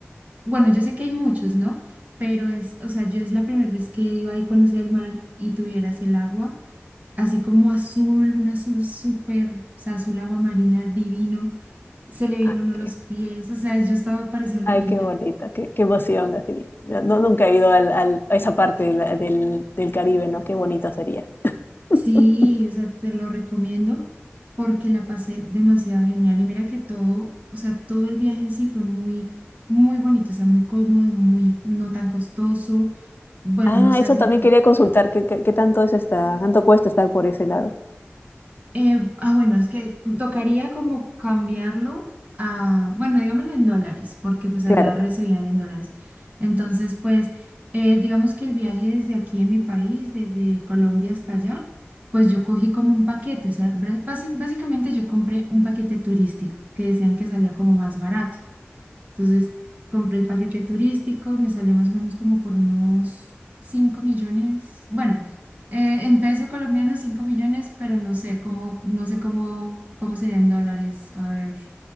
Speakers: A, on the right; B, on the left.
A: Bueno, yo sé que hay muchos, ¿no? Pero es, o sea, yo es la primera vez que iba y conocía el mar y tuvieras el agua, así como azul, un azul súper, o sea, azul agua marina divino, se le veían
B: Ay,
A: a uno
B: qué,
A: los pies, o sea, yo estaba parecía una
B: ay,
A: niña.
B: qué bonito, qué, qué emoción, así. No, nunca he ido al, al- a esa parte de la- del, del Caribe, ¿no? Qué bonito sería. <laughs>
A: Sí, o sea, te lo recomiendo porque la pasé demasiado genial y mira que todo, o sea, todo el viaje en sí fue muy, muy bonito, o sea, muy cómodo, muy, no tan costoso, bueno,
B: Ah,
A: no sé,
B: eso
A: así
B: también
A: como...
B: quería consultar, ¿qué, qué, qué tanto es esta, tanto cuesta estar por ese lado?
A: Eh, ah, bueno, es que tocaría como cambiarlo a, bueno, digámoslo en dólares, porque pues
B: Claro.
A: allá recibían en dólares. Entonces, pues, eh, digamos que el viaje desde aquí en mi país, desde Colombia hasta allá, pues yo cogí como un paquete, o sea, bra- basi- básicamente yo compré un paquete turístico que decían que salía como más barato. Entonces, compré el paquete turístico, me salió más o menos como por unos 5 millones, bueno, eh, en peso colombiano 5 millones, pero no sé cómo, no sé cómo, cómo serían dólares, a ver,